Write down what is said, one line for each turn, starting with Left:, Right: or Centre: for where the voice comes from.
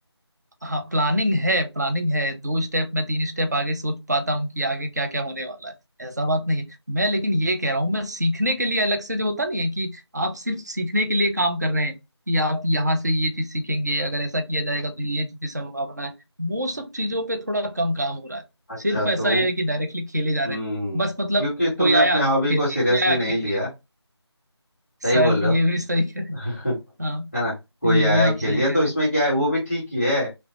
Right: हाँ प्लानिंग है प्लानिंग है दो स्टेप मैं तीन स्टेप आगे सोच पाता हूँ कि आगे क्या क्या होने वाला है ऐसा बात नहीं है मैं लेकिन ये कह रहा हूँ मैं सीखने के लिए अलग से जो होता नहीं है कि आप सिर्फ सीखने के लिए काम कर रहे हैं कि आप यहाँ से ये चीज सीखेंगे अगर ऐसा किया जाएगा तो ये चीज की संभावना है वो सब चीजों पे थोड़ा कम काम हो रहा है
Centre: अच्छा
Right: सिर्फ ऐसा
Centre: तो
Right: है कि डायरेक्टली खेले जा
Centre: हम्म
Right: रहे हैं बस मतलब
Centre: क्योंकि तुमने
Right: कोई आया
Centre: अपने हॉबी
Right: खेल
Centre: को
Right: लिए
Centre: सीरियसली
Right: कोई आया
Centre: नहीं
Right: खेल
Centre: लिया
Right: लिए
Centre: सही
Right: शायद
Centre: बोल रहे
Right: ये भी सही कह रहे
Centre: हो
Right: हैं
Centre: <laughs>
Right: हाँ
Centre: है ना कोई
Right: ये
Centre: आया
Right: भी
Centre: खेल
Right: आप सही
Centre: लिया
Right: कह
Centre: तो
Right: रहे
Centre: इसमें क्या है वो भी ठीक ही है